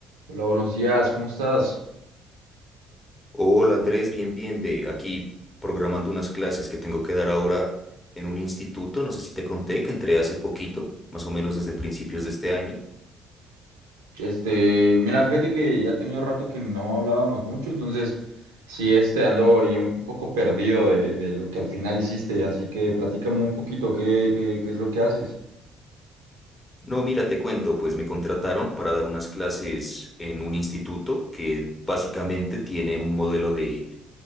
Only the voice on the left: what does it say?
Hola Andrés, bien, bien, ve. Aquí programando unas clases que tengo que dar ahora en un instituto. No sé si te conté que entré hace poquito, más o menos desde principios de este año.
No, mira, te cuento, pues me contrataron para dar unas clases en un instituto que básicamente tiene un modelo de